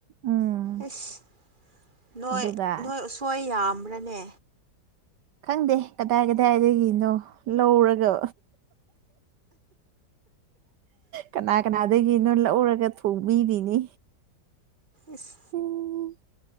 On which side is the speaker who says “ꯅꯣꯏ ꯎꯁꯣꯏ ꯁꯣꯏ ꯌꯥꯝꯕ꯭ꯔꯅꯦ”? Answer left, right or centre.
Right